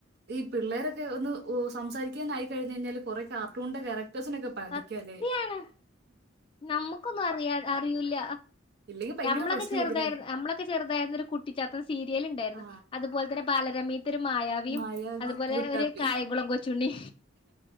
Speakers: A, on the right; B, on the left.
A: ഈ പിള്ളേരൊക്കെ ഒന്ന് ഓ സംസാരിക്കാനായി കഴിഞ്ഞ ഴിഞ്ഞാല് കുറേ കാർട്ടൂണിൻ്റെ ക്യാരക്ട ർസിനൊക്കെ പഠിക്ക
B: സത്യാണ്
A: ല്ലേ
B: നമ്മുക്കൊന്നും അറിയാത അറിയൂല്ല
A: ഇല്ലെങ്കി ഭയങ്കര
B: ഞമ്മളൊക്കെ
A: പ്രശ്നായിരിക്കുംല്ലേ
B: ചെറുതായിരുന്ന് നമ്മളൊക്കെ ചെറുതായി കുട്ടിച്ചാത്തൻ സീരിയേല് ഇണ്ടായ്ര്ന്ന്.
A: ആ
B: അതുപോലെ തന്നെ ബാലരമ്മേം ത്തൊരു മായാവിയും
A: മായാവി
B: അതുപോലെ
A: ലുട്ടാപ്പി
B: ഒരു കായംകുളം കൊച്ചുണ്ണി